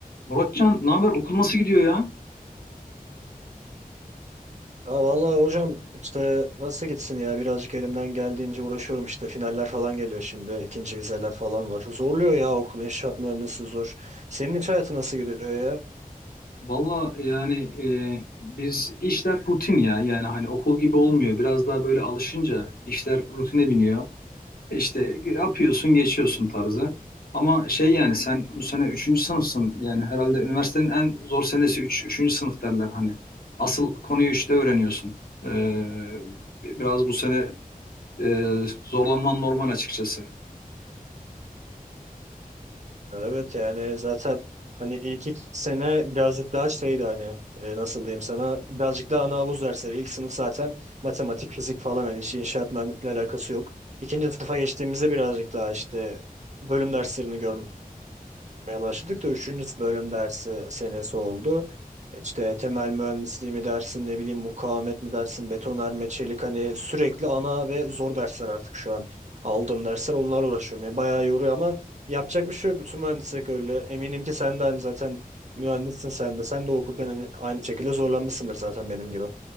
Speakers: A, on the left; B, on the right.
A: Muratcan, ne haber? Okul nasıl gidiyor ya?
B: Ya vallahi hocam işte nasıl gitsin ya birazcık elimden geldiğince uğraşıyorum işte finaller falan geliyor şimdi ikinci vizeler falan var. Zorluyor ya okul inşaat mühendisi zor. Senin iş hayatı nasıl gidiyor ya?
A: Valla yani e, biz işler rutin ya. Yani hani okul gibi olmuyor. Biraz daha böyle alışınca işler rutine biniyor. İşte yapıyorsun, geçiyorsun tarzı. Ama şey yani sen bu sene üçüncü sınıfsın. Yani herhalde üniversitenin en zor senesi Üç, üçüncü sınıf derler hani. Asıl konuyu 3'te öğreniyorsun. Ee, biraz bu sene e, zorlanman normal açıkçası.
B: Evet yani zaten hani ilk iki sene birazcık daha şeydi hani e, nasıl diyeyim sana birazcık daha ana havuz dersleri. İlk sınıf zaten matematik, fizik falan hani işi inşaat mühendisliğiyle alakası yok. İkinci sınıfa geçtiğimizde birazcık daha işte bölüm derslerini görmek yapmaya başladık da 3. bölüm dersi senesi oldu. İşte temel mühendisliği mi dersin, ne bileyim mukavemet mi dersin, betonarme, çelik hani sürekli ana ve zor dersler artık şu an. Aldığım dersler onlarla uğraşıyorum. Ya bayağı yoruyor ama yapacak bir şey yok. Bütün mühendislik öyle. Eminim ki sen de hani zaten mühendissin sen de. Sen de okurken hani aynı şekilde zorlanmışsındır zaten benim gibi.